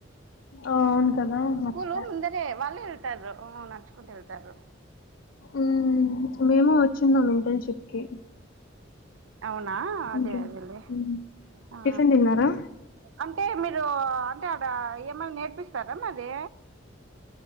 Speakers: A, on the left; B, on the right.
A: ఆ అవును కదా
B: స్కూల్
A: మర్చిపోయా
B: ముందనే వాళ్ళు ఉమ్ నడుచుకుంటూ వెళ్తారు
A: ఉమ్ మేము వచ్చున్నాం ఇంటర్న్షిప్ కి
B: అవునా అదే
A: ఇంకే,
B: అదేలే
A: ఉమ్.
B: ఆ
A: టిఫిన్ తిన్నారా
B: అంటే మీర్ మీరు అంటే అడ ఏమనా నేర్పిస్తారా మాది